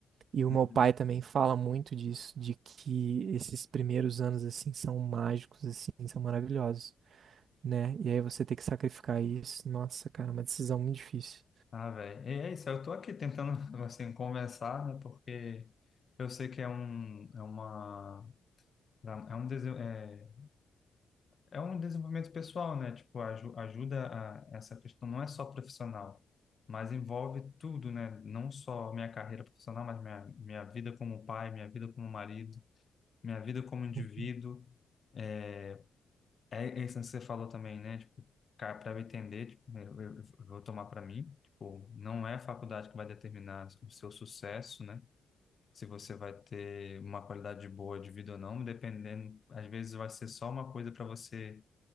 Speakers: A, on the right (about 65°); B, on the left (about 40°).
A: E o
B: Uhum.
A: meu pai também fala muito disso, de que esses primeiros anos, assim, são mágicos, assim, são maravilhosos, né? E aí você tem que sacrificar isso. Nossa, cara, é uma decisão muito difícil.
B: Ah, velho. E é isso, eu tô aqui tentando, <laughs> assim, conversar, né? Porque eu sei que é um, é uma, é um, dese- é, é um desenvolvimento pessoal, né? Tipo, aju- ajuda a, essa questão não é só profissional, mas envolve tudo, né? Não só minha carreira profissional, mas minha, minha vida como pai, minha vida como marido, minha vida como indivíduo.
A: Uhum.
B: é, É, é isso que você falou também, né? Tipo, cara, para eu entender, tipo, eu, eu- eu vou tomar para mim, tipo, não é a faculdade que vai determinar o seu sucesso, né? Se você vai ter uma qualidade boa de vida ou não, dependendo, às vezes vai ser só uma coisa para você